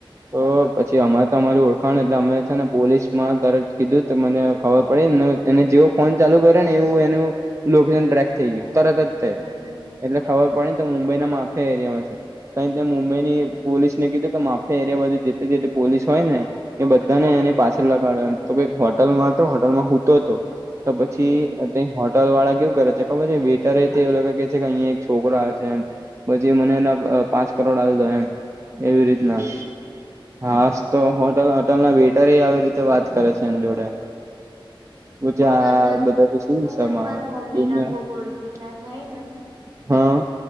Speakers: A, on the right; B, on the right.
A: તો પછી અમાર તમારી ઓળખાણ એટલે અમે છે ને પોલીસમાં તરત કીધું તો મને ખબર પડીને એને જેઓ ફોન ચાલુ કર્યો ને એવું એનું લોકેશન ટ્રેક થઈ ગીયું તરત જ તે
B: હમ
A: એટલે
B: થાય
A: ખબર પડી ને તો મુંબઈ ના માફિયા એરિયામાં છે. તઇ ત્યાં મુંબઈ ની પોલીસ ને કીધું કે માફિયા એરિયા બાજુ જેતે જેતે પોલીસ હોય ને એ બધાને એની પાછળ લગાડો એમ તો કઈક હોટલમાં તો હોટલમાં હુંતો તો તો પછી
B: હમ
A: તો એ હોટલ વાળા કેવું કરે છે ખબર છે વેટર તો એ લોકો કે છે કે અઇયા એક છોકરો આયો છે એમ પછી મને એના અ પાંચ કરોડ આલ દો એમ એવી રીતના
B: હમ
A: હાસ તો હોટલ હોટલ ના વેટરેય આવી રીતે વાત કરે છે એન જોડે <unintelligible>
B: તને ખબર માર
A: દુનિયા
B: મમ્મી ના ખુબ ઓળખીતા થાય ને
A: હા